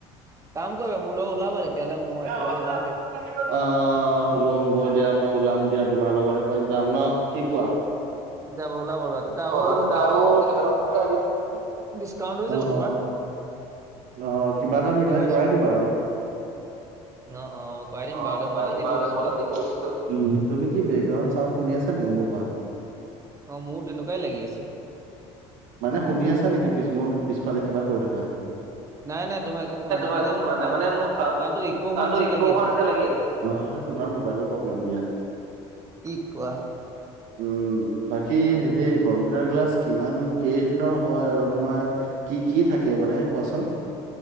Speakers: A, on the right (about 25°); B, on the right (about 70°).
A: কাম কৰিবা মোৰ লগত ওলাবা। তেতিয়াহ'লে মই
B: <inaudible>
A: একেলগে যাম দে
B: অ', হ'ব হ'ব দিয়া মই ওলাম দিয়া তোমাৰ লগত এপাক যাম নহ কি কোৱা?
A: <inaudible>
B: <unintelligible>
A: কেইটামান পইচা
B: কেইটামান
A: ডিচ-
B: <unintelligible>
A: ডিচকাউন্ট
B: অ'।
A: হৈ যাব তোমাৰ
B: অ', কিবা এটা মিলাই
A: বুজিছা
B: কৰাই দিবা আৰু।
A: অ', অ', কৰাই দিম
B: অ',
A: বাৰু দে
B: কৰাই
A: মই
B: দিম
A: তাতে
B: বাৰু
A: পঢ়িছিলো।
B: মই তাতে পঢ়িছিলোঁ। তুমি কি বেকগ্ৰাউণ্ড চাউড শুনি আছা নেকি মোৰ পৰা?
A: অ', মোৰো তেনেকুৱাই লাগি আছে।
B: মানে শুনি আছা নেকি পিছ মোৰ পিছফালে কিবা কৰি থকা।
A: নাই নাই তোমাৰ একো শুনা
B: তোমাৰ
A: নাই মানে
B: একো শুনা
A: মোৰ
B: নাই
A: চাউণ্ড
B: মানে মোৰ চাউন্ডটো
A: চাউণ্ডটো ইকো হোৱা নিচিনা
B: ইকৌ
A: লাগি
B: হোৱা
A: আছে
B: নিচিনা লাগি আছে। অ', এইটো তোমাৰ মোবাইলৰ প্ৰব্লেম দিয়া।
A: কি কোৱা!
B: উম, বাকী হেৰি কম্পিউটাৰ ক্লাছ কিমান কেইদিনৰ হয়, আৰু তোমাৰ কি, কি থাকে মানে কোৱাচোন?